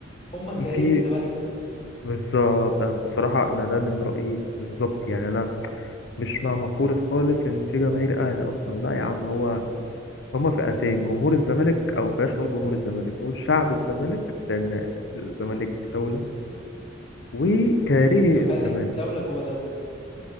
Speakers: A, on the left; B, on the left.
A: هم كارهي
B: في
A: الزمالك بس
B: بالظبط انا بصراحه انا ده من رايي بالظبط يعني انا مش مع مقولة خالص إن في جماهير أهلي أصلا لا يا عم هو هما فئتين جمهور الزمالك أو بلاش نقول جمهور الزمالك نقول شعب الزمالك لأن الزمالك دولة وكاره
A: الزمالك
B: الزمالك
A: دوله جوه دوله